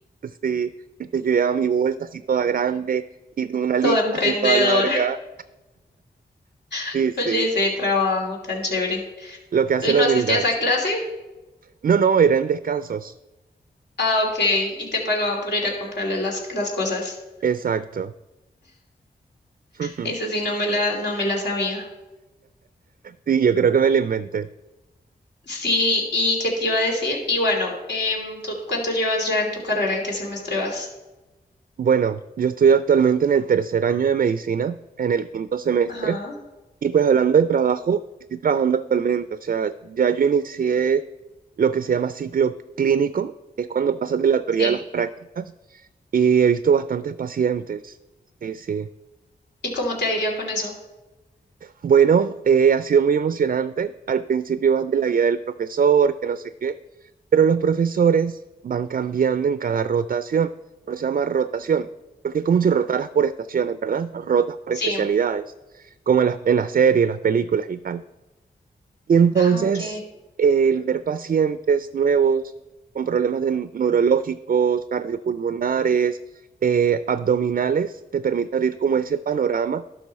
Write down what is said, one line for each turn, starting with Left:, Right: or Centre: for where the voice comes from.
Right: Sí, entonces yo llevaba mi bolsa así toda grande y tengo una lista
Left: todo emprendedora.
Right: así toda larga.
Left: <laughs>
Right: Sí, sí,
Left: Oye, ese trabajo tan chévere.
Right: lo que hace
Left: ¿Y no
Right: la humildad.
Left: asistías a clase?
Right: No, no, era en descansos.
Left: Ah, ok. Y te pagaban por ir a comprarles las, las cosas.
Right: Exacto. <laughs>
Left: Eso sí, no me la, no me la sabía.
Right: Sí, yo creo que me lo inventé.
Left: Sí, ¿y qué te iba a decir? Y bueno, em, ¿tú- ¿cuánto llevas ya en tu carrera? ¿En qué semestre vas?
Right: Bueno, yo estoy actualmente en el tercer año de medicina, en el quinto semestre,
Left: Ajá.
Right: y pues hablando de trabajo, estoy trabajando actualmente, o sea, ya yo inicié lo que se llama ciclo clínico, que es cuando pasas de la teoría
Left: Sí.
Right: a las prácticas, y he visto bastantes pacientes. Sí, sí.
Left: ¿Y cómo te ha ido con eso?
Right: Bueno, eh, ha sido muy emocionante. Al principio vas de la guía del profesor, que no sé qué, pero los profesores van cambiando en cada rotación. Por eso se llama rotación, porque es como si rotaras por estaciones, ¿verdad? Rotas por
Left: Sí.
Right: especialidades, como en las, en las series, las películas y tal. Y entonces,
Left: Ah, ok.
Right: eh, el ver pacientes nuevos con problemas de neurológicos, cardiopulmonares, eh, abdominales, te permite abrir como ese panorama